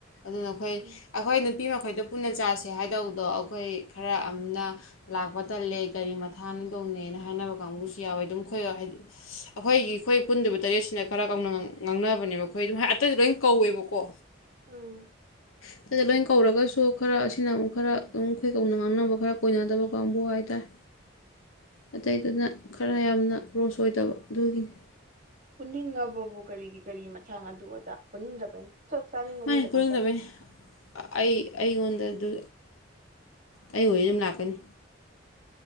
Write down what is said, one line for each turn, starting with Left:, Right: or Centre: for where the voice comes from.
Left: ꯑꯗꯨꯅꯈꯣꯏ
Right: ꯎꯝ
Left: ꯑꯩꯈꯣꯏ ꯅꯨꯄꯤ ꯃꯈꯩꯗꫭ ꯄꯨꯟꯅ ꯆꯥꯁꯦ ꯍꯥꯏꯗꯧꯕꯗꯣ ꯑꯩꯈꯣꯏ ꯈꯔ ꯑꯃꯅ ꯂꯥꯛꯄ ꯇꯜꯂꯦ ꯒꯥꯔꯤ ꯃꯊꯥꯡ ꯑꯅꯤ ꯇꫭꯡꯅꯩꯅ ꯍꯥꯏꯅꯕ ꯀꯥꯡꯕꯨꯁꯨ ꯌꯥꯎꯋꯦ ꯑꯗꯨꯝ ꯑꯩꯈꯣꯏ ꯍꯥꯏꯗꯤ ꯑꯩꯈꯣꯏꯒꯤ ꯑꯩꯈꯣꯏ ꯄꯨꯟꯗꯨꯏꯕ ꯇꯔꯦꯠꯁꯤꯅ ꯈꯔ ꯀꯧꯅ ꯉꯥꯡꯅꯕꯅꯦꯕ ꯑꯩꯈꯣꯏ ꯑꯗꯨꯝ ꯑꯇꯩꯗꯤ ꯂꯣꯏ ꯀꯧꯋꯦꯕꯀꯣ
Right: ꯎꯝ
Left: ꯑꯇꯩꯗ ꯂꯣꯏ ꯀꯧꯔꯒꯁꯨ ꯈꯔ ꯑꯁꯤꯅ ꯑꯃꯨꯛ ꯈꯔ ꯑꯗꯨꯝ ꯑꯩꯈꯣꯏ ꯀꯧꯅ ꯉꯥꯡꯅꯕ ꯈꯔ ꯀꯣꯏꯅꯗꯕ ꯀꯥꯡꯕꯨ ꯍꯥꯏꯇꯥꯔꯦ ꯑꯇꯩꯗꯨꯅ ꯈꯔ ꯌꯥꯝꯅ ꯀ꯭ꯂꯣꯁ ꯑꯣꯏꯗꯕ ꯑꯗꯨꯒꯤꯅꯤ
Right: ꯄꯨꯅꯤꯡꯉꯕꯕꯨ ꯀꯔꯤꯒꯤ ꯀꯔꯤꯒꯤ ꯃꯊꯥꯡ ꯑꯗꯨ ꯑꯗꯥ ꯄꯨꯅꯤꯡꯗꯕꯩꯅꯤ ꯆꯥꯛ ꯆꯥꯅꯤꯡꯕ
Left: ꯃꯥꯅꯦ
Right: ꯃꯤ ꯈꯛꯇꯪ
Left: ꯄꯨꯅꯤꯡꯗꯕꯩꯅꯤ
Right: ꯆꯥꯎ
Left: ꯑꯩ ꯑꯩꯉꯣꯟꯗ ꯑꯗꯨ ꯑꯩ ꯑꫭꯥꯗꯤ ꯑꯗꯨꯝ ꯂꯥꯛꯀꯅꯤ